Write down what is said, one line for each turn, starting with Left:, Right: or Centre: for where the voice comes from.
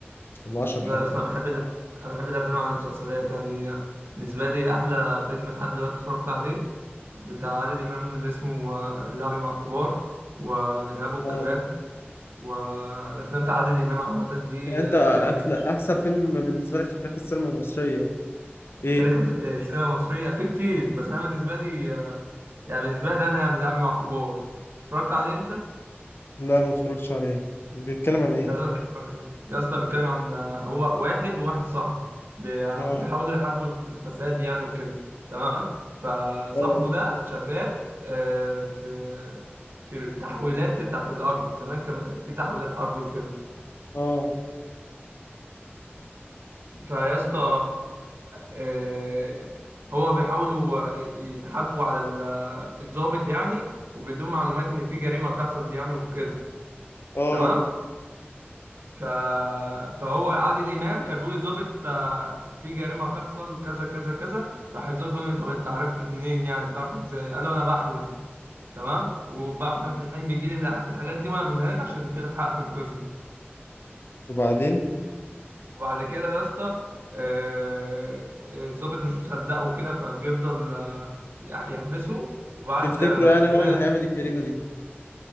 Left: ولا 10
Right: ده
Left: حلقات
Right: اصلا أنا بحب الأف- انا بحب الافلام عن المسلسلات يعني بالنسبه لي احلى فيلم لحد دلوقتي اتفرجت عليه بتاع عادل امام اللي اسمه آه، اللعب مع الكبار والارهاب والكباب
Left: اه
Right: والافلام بتاع عادل امام عامه دي
Left: يعني انت
Right: آه، جامده
Left: أتلا- احسن فيلم بالنسبه لك في تاريخ السينما المصريه
Right: في
Left: ايه
Right: تاريخ الف- آه، السينما المصريه في كتير بس انا بالنسبه لي آه، يعني بالنسبه لي انا يعني اللعب مع الكبار اتفرجت عليه انت
Left: لا ما اتفرجتش عليه بيتكلم عن ايه
Right: انت لازم تتفرج عليه يا اسطى بيتكلم عن هو واحد وواحد صاحبه بي-
Left: اه
Right: بيحاولوا يحاربوا الفساد يعني وكده تمام فصاحبه
Left: اه
Right: ده شغال آه، في في تحويلات بتاعت الارض زمان كان في تحويلات ارض وكده
Left: اه
Right: فيا اسطى آه، هو بيحاولوا يضحكوا على ال- الضابط يعني وبدون معلومات ان في جريمه هتحصل يعني وكده
Left: اه
Right: تمام ف... فهو عادل امام كان بيقول للظابط آه، في جريمه هتحصل كذا كذا كذا راح الظابط بيقول له طب انت عرفت منين يعني بتعرف ازاي قال له انا بحلم تمام وبحلم في الحلم بيجي لي الح- الحاجات دي وانا بقولها لك عشان تلحق تنقذها
Left: وبعدين
Right: وبعد كده يا اسطى آه، آه، الظابط مش مصدقه وكده فبيفضل آه، يح- يحبسه وبعد
Left: بيفتكروا
Right: آه،
Left: يعني
Right: كده
Left: هو اللي
Right: يخ-
Left: هيعمل الجريمة دي